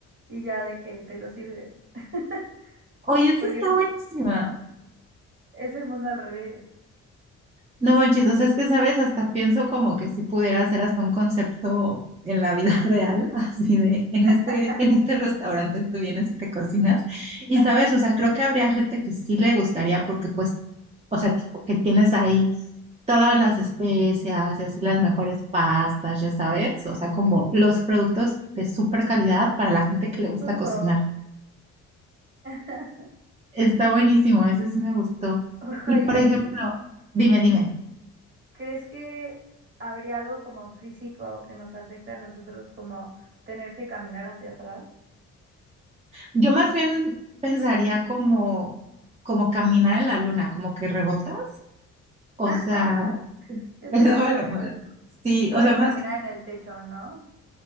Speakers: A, on the right; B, on the right.
A: y ya de que te lo sirves. <laughs>
B: Oye, esa
A: Porque
B: está
A: pues
B: buenísima.
A: Es el mundo al revés.
B: No manches, o sea, es que sabes, hasta pienso como que si pudiera hacer hasta un concepto en la vida <laughs> real, así de, en este,
A: <laughs>
B: en este restaurante tú vienes y te cocinas. Y
A: Ajá,
B: sabes, o sea, creo que habría gente que sí le gustaría porque pues, o sea, tipo, que tienes ahí todas las especias y así las mejores pastas, ya sabes, o sea, como los productos de súper calidad para la gente que le gusta
A: justo.
B: cocinar.
A: <laughs>
B: Está buenísimo, ese sí me gustó.
A: Oye,
B: Y por ejemplo,
A: ¿y
B: dime, dime,
A: crees que habría algo como físico que nos afecte a nosotros como tener que caminar hacia atrás?
B: yo más bien pensaría como, como caminar en la luna, como que rebotas, o
A: <laughs>
B: sea, <laughs>
A: Estaría
B: eso me-
A: padrísimo.
B: me- sí,
A: Y puedes
B: o sea, más
A: caminar
B: que,
A: en el techo, ¿no?